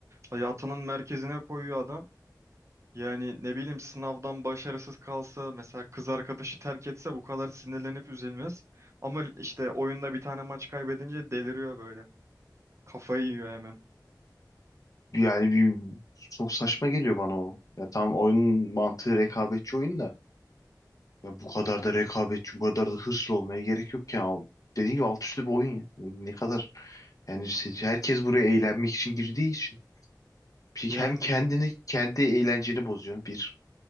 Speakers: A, on the right; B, on the left.
A: hayatının merkezine koyuyor adam. Yani ne bileyim sınavdan başarısız kalsa mesela kız arkadaşı terk etse bu kadar sinirlenip üzülmez. Ama işte oyunda bir tane maç kaybedince deliriyor böyle. Kafayı yiyor hemen.
B: Yani bir, çok saçma geliyor bana o. Ya tamam oyunun mantığı rekabetçi oyun da. Ya bu kadar da rekabetçi, bu kadar da hırslı olmaya gerek yok ya. Dediğim gibi alt üstü bir oyun ya. Ne kadar yani siz- herkes buraya eğlenmek için girdiği için. Bir-
A: Yani
B: Hem kendini, kendi eğlenceni bozuyorsun bir.